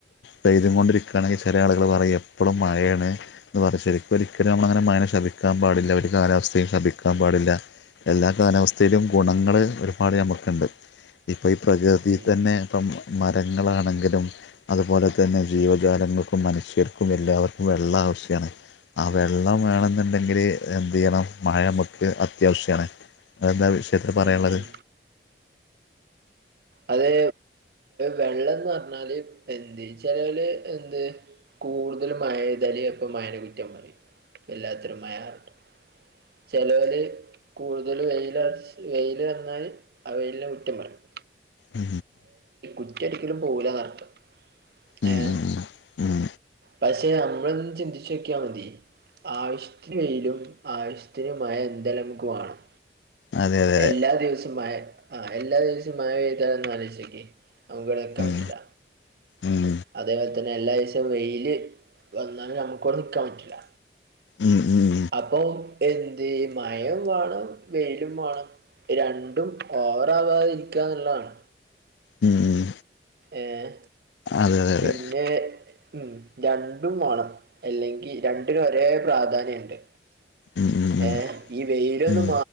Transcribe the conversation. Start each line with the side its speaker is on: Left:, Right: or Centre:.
Left: പെയ്ത് കൊണ്ടിരിക്ക ക്കുകണെങ്കിൽ ചില ആളുകൾ പറയും എപ്പോളും മഴയാണ് എന്ന് പറഞ്ഞ ശരിക്കും ഒരിക്കലും നമ്മളങ്ങനെ മഴനെ ശപിക്കാൻ പാടില്ല ഒരി കാലാവസ്ഥയും ശപിക്കാൻ പാടില്ല എല്ലാ കാലാവസ്ഥയിലും ഗുണങ്ങൾ ഒരുപാട് ഞമുക്കുണ്ട് ഇപ്പൊ ഈ പ്രകൃതിൽ
Right: ഉം.
Left: തന്നെ ഇപ്പം മരങ്ങളാണെങ്കിലും അതുപോലെ തന്നെ ജീവിത ജാലങ്ങൾക്കും മനുഷ്യർക്കും എല്ലാവർക്കും വെള്ളം ആവശ്യാണ് ആ വെള്ളം വേണെന്നുണ്ടെങ്കില് എന്ത് ചെയ്യണം മഴ മ്മക്ക് അത്യാവശ്യണ് അതെന്താ ആ വിഷയത്തി പറയാനുള്ളത്
Right: ഉം ഉം. അത് വെള്ളംന്ന് പറഞ്ഞാല് എന്ത് ചെലോല് എന്ത് കൂടുതലും മയ എയ്താല് അപ്പ മയേനെ കുറ്റം പറയിം വല്ലാത്തൊരു മായന്ന് പറഞ്ഞിട്ട് ചെലൊരു കൂടുതൽ വെൽ വെയില് വന്നാൽ അവയിലെ കുറ്റംപറയും
Left: ഉ
Right: കുറ്റ ഒരിക്കലും പോല കറത്ത്
Left: ഉം
Right: ഏഹ്
Left: ഉം ഉം ഉം
Right: പക്ഷെ നമ്മളൊന്ന് ചിന്തിച്ച നോക്കിയ മതി ആവിശ്യത്തിന് വെയിലും ആവശ്യത്തിന് മഴയും എന്തായാലും നമ്മക്ക് വേണം
Left: അതെ അതെ അതെ
Right: എല്ലാ ദിവസമായ ആ എല്ലാദിവസം മഴ പെയ്തന്ന് ആലോചിച്ചു നോക്കിയേ നമ്മക്ക് ഇവിടെ നിക്കാൻപറ്റൂല
Left: ഉം ഉം
Right: അതേപോലെ തന്നെ എല്ലാ ദിവസവും വെയില് വന്നാലും നമുക്കവിടെ നിക്കാൻ പറ്റില്ല
Left: ഉം ഉം
Right: അപ്പൊ എന്ത് മയം വേണം വെയിലും വേണം രണ്ടും ഓവറാവാതെ ഇരിക്കുക എന്നുള്ളതാണ്
Left: ഉം ഉം ഉം
Right: ഏർ
Left: അതെ അതെ
Right: പിന്നെ
Left: അതെ
Right: ഉം രണ്ടും വേണം അല്ലെങ്കി രണ്ടിന ഒരേ പ്രാധാന്യംണ്ട്
Left: ഉം ഉം
Right: ഏ ഈ വെയിലൊന്നും
Left: ഉം